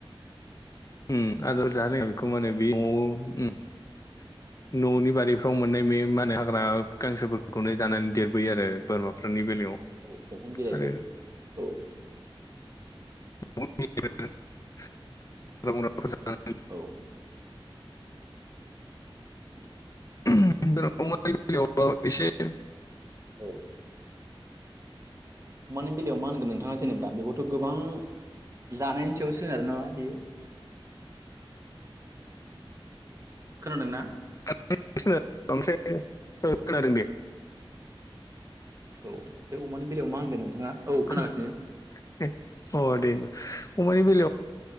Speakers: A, on the left; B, on the right.
A: उम आदार जारोङिआव बेखौ माने बे न'आव उम न'नि बारिफ्राव मोननाय बे मा होनो हाग्रा गांसोफोरखौनो जानानै देरबोयो आरो बोरमाफोरनि बेलायाव
B: औ दंफां बिलाइफोर
A: आरो
B: औ
A: <inaudible>
B: औ उम
A: <inaudible>
B: औ अमानि बेलायाव मा होनगोन नोंथाङा जेनेबा बेखौथ' गोबां जानायनि सोनारो नामा बियो खोनादों ना
A: <unintelligible> ओ खोनादों दे
B: औ बे अमानि बेलायाव मा होनगोन नोंथाङा औ
A: <unintelligible>
B: खोनागासिनो
A: अ दे होमबा अमानि बेलायाव